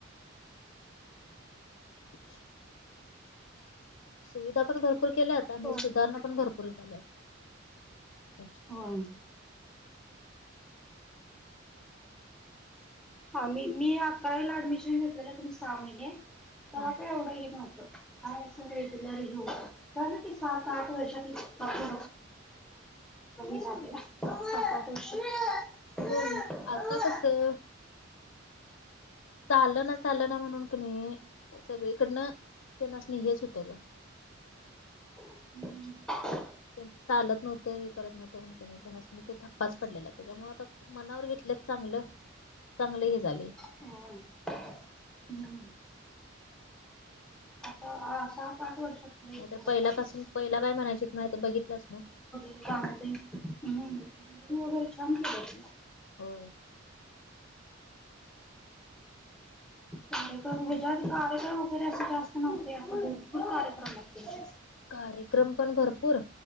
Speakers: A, on the left; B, in the centre.
A: <inaudible> <unintelligible> सुविधां पणं भरंपूर केल्यांत. आणि
B: कोण?
A: सुधांरणा पणं भरंपूर झाल्यानत. त्यांच्यां
B: होय हां मी मी आकरावीला ऍडमिशन घेतलेलं कनी सहा महिने, तेवा
A: हा
B: कायं एवढं हे नव्हतं. हं सलाई हो झालं की सात आठ वर्षानी दोन्ही झाले. सात आठ वर्ष <unintelligible> होय
A: होयं, आंता कसं चाललं नां चालं नां म्हणूंन कोणी. सगळींकडनं ते नसणे हेचं होतं गं.
B: हम्मं
A: चालतं नव्हतं हे करतं नव्हतं म्हणं. थप्पांच पडलेला त्यांच्यामुळे आंता मनांवर घेतले चांगलं चांगलं हे झाले.
B: हो हम्मं. आंता सात आठ वर्षात. लई
A: नाहींतरं
B: फरक
A: पहिला
B: पडला.
A: कसं पहिला कायं म्हणायचं माहितेय बघितलंस नां.
B: लागतेचं तूं वगैरें छान केलेस.
A: होयं
B: कार्यक्रम ह्यांच्या
A: आणि
B: आंधी कार्यक्रम वगैरें असे जास्तं नव्हते. आंता भरंपूर कार्यक्रम आहेतं त्यांचे.
A: कार्यक्रम पणं भरंपूर.